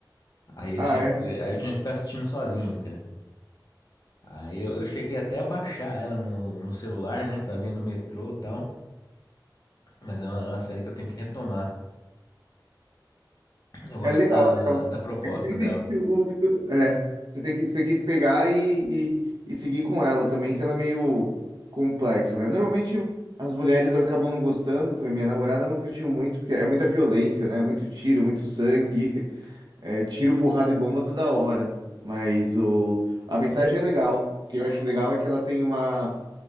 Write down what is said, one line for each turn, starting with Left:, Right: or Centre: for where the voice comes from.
Left: Aí eu
Right: Ah,
Left: tinha, que- aí eu tinha que ficar assistindo sozinho, cara. Aí eu, eu cheguei até a baixar ela no, no celular, né, pra ver no metrô e tal. Mas é uma, é uma série que eu tenho que retomar. Eu gosto
Right: É legal,
Left: da,
Right: é legal.
Left: da proposta
Right: É que Você tem que
Left: dela.
Right: pedir fi- o filtro. É, você tem que, você tem que pegar e, e, e seguir com ela também, que ela é meio complexa, né? Normalmente as mulheres acabam não gostando também. Minha namorada não curtiu muito, porque é muita violência, né? Muito tiro, muito sangue, <laughs> é, tiro, porrada e bomba toda hora. Mas o, a mensagem é legal. O que eu acho legal é que ela tem uma.